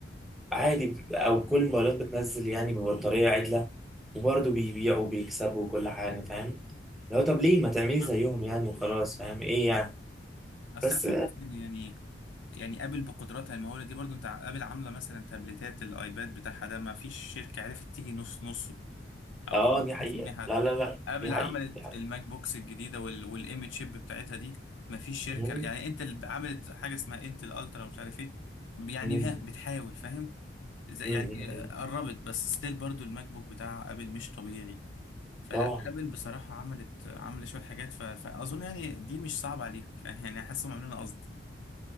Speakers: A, in the centre; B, on the left.
A: عادي أو كل الموبايلات بتنزل يعني ببطارية عدلة وبرضو بيبيعوا وبيكسبوا وكل حاجة فاهم لو طب ليه ما تعملي
B: فاهمك.
A: زيهم يعني وخلاص
B: اه
A: فاهم إيه يعني
B: اصل
A: بس
B: انا حاسس ان يعني يعني ابل بقدراتها المهوله دي برضو انت ع- ابل عامله مثلا تابلتات الايباد بتاعها ده ما فيش شركه عرفت تيجي نص نص او
A: آه
B: 50%
A: دي حقيقة
B: حتى
A: لا لا لا
B: ابل
A: دي حقيقة
B: عملت
A: دي حقيقة
B: الماك بوكس الجديده وال والام تشيب بتاعتها دي ما فيش شركه
A: مم.
B: يعني انت اللي عملت حاجه اسمها انتل الترا ومش عارف ايه يعني
A: مم.
B: ها بتحاول فاهم زي-
A: مم.
B: يعني
A: مم.
B: قربت بس ستيل برضو الماك بوك بتاع ابل مش طبيعي فلا
A: طبعا
B: ابل بصراحه عملت عملت شويه حاجات ف... فاظن يعني دي مش صعبه عليهم يعني حاسس هم عاملينها قصد